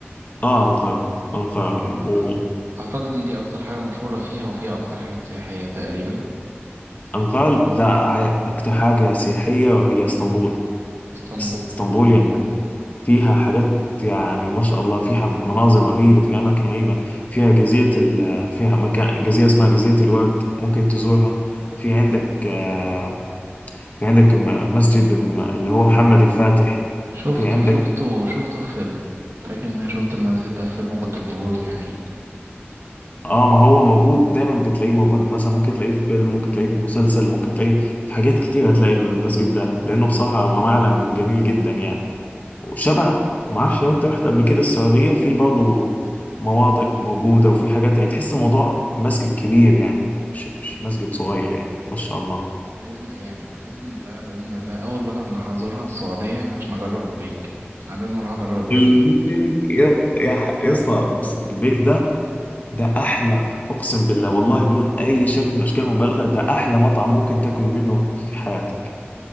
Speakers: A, on the left (about 40°); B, on the right (about 85°).
A: اه أنقرة أنقرة
B: أع-
A: و-
B: أعتقد إن دي أكتر حاجة مشهورة فيها وفيها أكتر حاجات سياحية تقريبا
A: أنقرة لا ع- أكتر حاجة سياحية وهي اسطنبول
B: اسطنبول
A: اسطنبول يعني فيها حاجات يعني ما شاء الله فيها مناظر رهيبة فيها أماكن رهيبة فيها جزيرة ال... فيها مكان جزيرة اسمها جزيرة الورد ممكن تزورها في عندك آه، في عندك م- مسجد م- اللي هو محمد الفاتح
B: شفته
A: في عندك
B: شفته شفته في فيلم فاكر إن أنا شفت المسجد ده في فيلم وكنت مبهور بيه حقيقي
A: اه ما هو موجود دايما بتلاقيه موجود مثلا ممكن تلاقيه في فيلم ممكن تلاقيه في مسلسل ممكن تلاقيه في حاجات كتير هتلاقي المسجد ده لانه بصراحة هو معلم جميل جدا يعني وشبه ما اعرفش لو انت رحت قبل كده السعودية في برضه مواضع موجودة وفي حاجات يعني تحس الموضوع مسجد كبير يعني مش مش مسجد صغير يعني ما شاء الله
B: بإذن يعني بإذن الله بإذن الله أول بلد أنا هزورها السعودية عشان أجرب البيك أنا لازم أروح أجرب البيك
A: البيك
B: هناك
A: يا يا ح- يا اسطى بص البيك ده ده احلى اقسم بالله والله بدون اي شكل من اشكال المبالغه ده احلى مطعم ممكن تاكل منه في حياتك